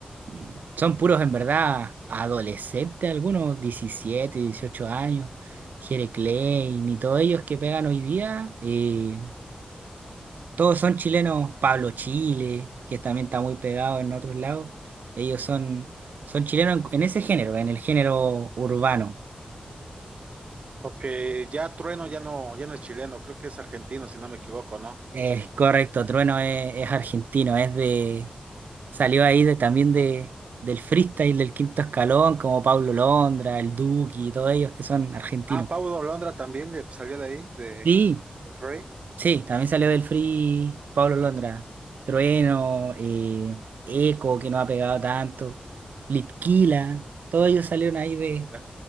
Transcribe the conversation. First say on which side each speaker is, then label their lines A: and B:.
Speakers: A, on the right; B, on the right.
A: mm, Son puros en verdad adolescentes, algunos 17, 18 años. Jere Klein y todos ellos que pegan hoy día. eh, todos son chilenos. Pablo Chile, que también está muy pegado en otros lados. Ellos son, son chilenos en en ese género, en el género urbano.
B: Porque ya Trueno ya no, ya no es chileno, creo que es argentino, si no me equivoco, ¿no?
A: Es correcto, Trueno es, es argentino, es de, salió ahí de, también de, del freestyle del quinto escalón, como Pablo Londra, el Duki y todos ellos que son argentinos.
B: Ah, Paulo Londra también de- salió de ahí, de
A: Sí,
B: Rey.
A: sí, también salió del free Pablo Londra, Trueno, eh, Eco, que no ha pegado tanto, Litquila, todos ellos salieron ahí de,
B: De